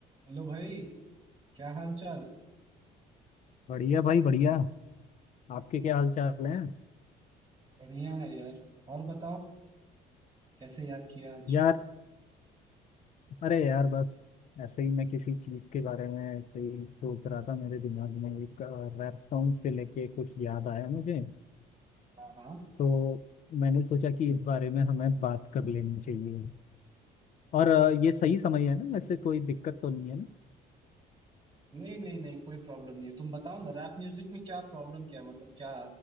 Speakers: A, on the right; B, on the left.
A: Hello भाई क्या हाल चाल
B: बढ़िया भाई बढ़िया आपके क्या हाल चाल है
A: बढ़िया है यार और बताओ कैसे याद किया आज
B: यार अरे यार बस ऐसे ही मैं किसी चीज़ के बारे में ऐसे ही सोच रहा था मेरे दिमाग में एक रैप सॉन्ग से लेके कुछ याद आया मुझे
A: हाँ हाँ
B: तो मैंने सोचा कि इस बारे में हमें बात कर लेनी चाहिए और अ, ये सही समय है ना वैसे कोई दिक्कत तो नहीं है ना
A: नहीं नहीं नहीं कोई प्रॉब्लम नहीं है तुम बताओ ना रैप म्यूजिक में क्या प्रॉब्लम क्या है? मतलब क्या